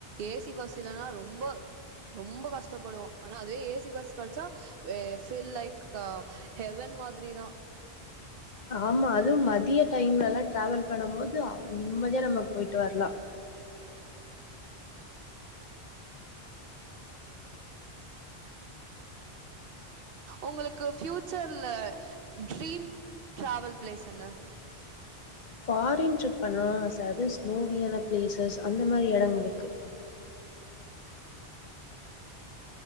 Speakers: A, on the right; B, on the left.
A: ஏ சி பஸ் இல்லன்னா ரொம்போ ரொம்போ கஷ்டப்படுவோ ஆனா அதுவே ஏ சி பஸ் கட்ச்சா வெ ஃபீல் லைக் அ ஹெவன் மாதிரிதா
B: ஆமா அதுவு மதிய டைம்லலா டிராவல் பண்ணும் போது அத் நிம்மதியா நம்ம போயிட்டு வரலா
A: உங்களுக்கு ஃபியூச்சர்ல டிரீம் டிராவல் பிளேஸ் என்ன
B: ஃபாரின் ட்ரிப் பண்ணணுன்னு ஆச அது ஸ்னோவியான பிளேசஸ் அந்த மாரி எடங்களுக்கு